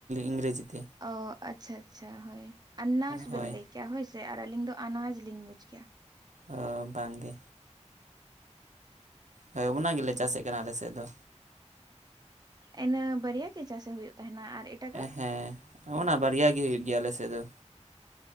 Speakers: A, on the right (about 80°); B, on the right (about 35°).
A: ᱤᱝᱨᱮᱡᱤ ᱛᱮ
B: ᱚ ᱟᱪᱪᱷᱟ ᱟᱪᱪᱷᱟ ᱦᱳᱭ ᱟᱱᱟᱨᱥ
A: ᱦᱳᱭ
B: ᱵᱮᱱ ᱞᱟᱹᱭ ᱠᱮᱜᱼᱟ ᱦᱳᱭ ᱥᱮ ᱟᱨ ᱟᱹᱞᱤᱧ ᱫᱚ ᱟᱱᱟᱡᱽ ᱞᱤᱧ ᱵᱩᱡᱽ ᱠᱮᱜᱼᱟ
A: ᱚ ᱵᱟᱝ ᱜᱮ ᱦᱳᱭ ᱚᱱᱟ ᱜᱮᱞᱮ ᱪᱟᱥ ᱮᱫ ᱠᱟᱱᱟ ᱟᱞᱮ ᱥᱮᱫ ᱫᱚ
B: ᱤᱱᱟᱹ ᱵᱟᱨᱭᱟ ᱜᱮ ᱪᱟᱥᱮ ᱦᱩᱭᱩᱜ ᱛᱟᱦᱮᱱᱟ ᱟᱨ ᱮᱴᱟᱜᱟᱜ
A: ᱦᱮᱸ ᱚᱱᱟ ᱵᱟᱨᱭᱟ ᱜᱮ ᱦᱩᱭᱩᱜ ᱜᱮᱭᱟ ᱟᱞᱮᱥᱮᱫ ᱫᱚ